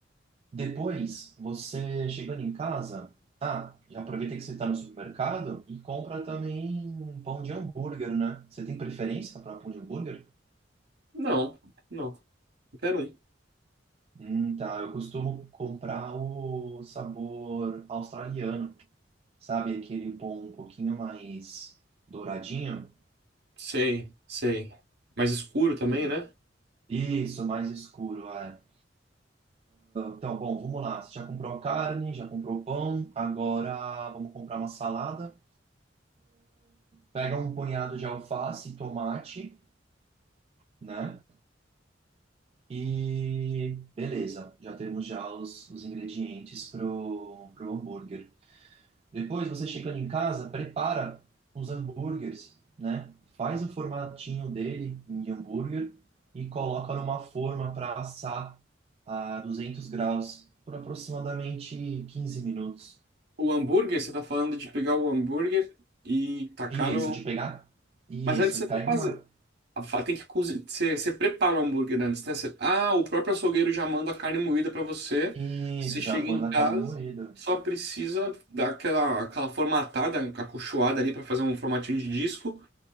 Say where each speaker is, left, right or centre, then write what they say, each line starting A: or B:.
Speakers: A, on the right; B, on the right.
A: Depois, você chegando em casa, ah, já aproveita que você está no supermercado e compra também um pão de hambúrguer, né? Você tem preferência para pão de hambúrguer?
B: Não, não. Quero um.
A: Hum, tá. Eu costumo comprar o sabor australiano, sabe? Aquele pão um pouquinho mais douradinho.
B: Sei, sei. Mais escuro também,
A: Sim.
B: né?
A: Isso, mais escuro, é. Então, bom, vamos lá. Você já comprou a carne, já comprou o pão, agora vamos comprar uma salada. Pega um punhado de alface e tomate, né? E beleza, já temos já os, os ingredientes pro, pro hambúrguer. Depois, você chegando em casa, prepara os hambúrgueres, né? Faz o formatinho dele em hambúrguer e coloca numa forma para assar a 200 graus por aproximadamente 15 minutos.
B: O hambúrguer, você tá falando de pegar o hambúrguer e tacar
A: Isso,
B: no.
A: de pegar? Isso,
B: Mas antes você vai
A: pega
B: fazer.
A: uma.
B: a fa- Tem que cozinhar. Você, você prepara o hambúrguer antes, né? Você- Ah, o próprio açougueiro já manda a carne moída pra você.
A: Isso,
B: Você chega
A: já manda
B: em casa,
A: a carne moída.
B: só precisa dar aquela, aquela formatada, acolchoada ali pra fazer um formatinho de disco.